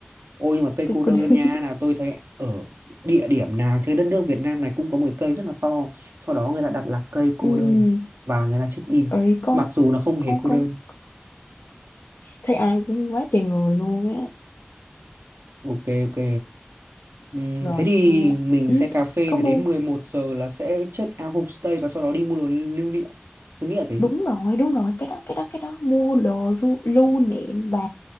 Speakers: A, on the right; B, on the left.
A: Ôi nhưng mà cây
B: cái
A: cô
B: cô
A: đơn
B: đơn <laughs>
A: nha là tôi thấy ở địa điểm nào trên đất nước Việt Nam này cũng có một cái cây rất là to. Sau đó người ta đặt là cây cô
B: ừ
A: đơn và người ta check in.
B: ơi con
A: Mặc dù nó không
B: con
A: hề cô
B: con
A: đơn.
B: thấy ai cũng quá trời người luôn á
A: Ok ok. Ừm,
B: rồi
A: thế thì
B: ha
A: mình
B: ừ,
A: sẽ cà phê
B: có
A: này
B: mua
A: đến 11 giờ là sẽ check out homestay và sau đó đi mua đồ lưu niệm. Tôi nghĩ là thế.
B: đúng rồi đúng rồi cái đó cái đó cái đó mua đồ ru- lưu niệm và